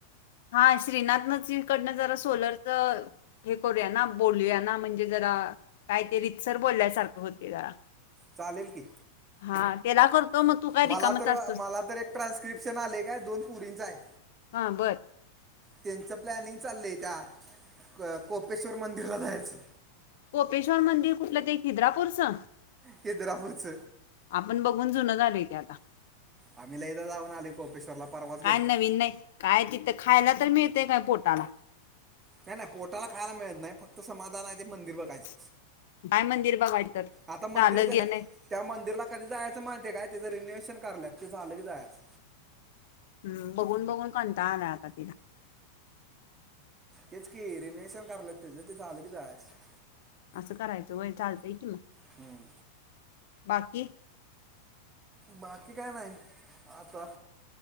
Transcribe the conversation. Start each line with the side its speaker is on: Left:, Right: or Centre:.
Left: हा श्रीनाथनकडनं जरा सोलरच हे करूया ना बोलूया ना म्हणजे जरा काय ते रितसर बोलल्यासारखं होते जरा.
Right: चालेल की.
Left: हा तेला करतो. मग तू काय रिकामच
Right: मला तर
Left: असतोस
Right: मला तर एक ट्रान्स्क्रिप्शन आले काय दोन पुरींचा आहे.
Left: हां, बरं.
Right: त्यांचं प्लॅनिंग चाललंय त्या कोपेश्वर मंदिरला जायचे.
Left: कोपेश्वर मंदिर कुठलं ते खिद्रापूरचं?
Right: खिद्रापूरच.
Left: आपण बघून जुनं झालेय ते आता.
Right: आम्ही लायदा जाऊनआलोय कोपेश्वरला परवाच
Left: काय
Right: गेलतो.
Left: नवीन नाही काय तिथं मिळेतय काय पोटाला?
Right: नाही नाही पोटाला खायला मिळत नाही फक्त समाधान आहेते मंदिर बघायचे.
Left: <unintelligible> मंदिर. बघाय तर
Right: आता मंदिर
Left: झालं
Right: त्या
Left: गे नाही
Right: मंदिरला कधी जायचं माहिती काय त्या. <unintelligible> शिक्णल्या ते झालं की जायचं.
Left: हम्म! बघून बघून कंटाळा आला आता तेला.
Right: तेच कि रिनोएशन कराल्यात तेच ते झालं की जायचा.
Left: असं करायचं वय चालतंय की मग.
Right: हम्म!
Left: बाकी?
Right: बाकी काय नाही आता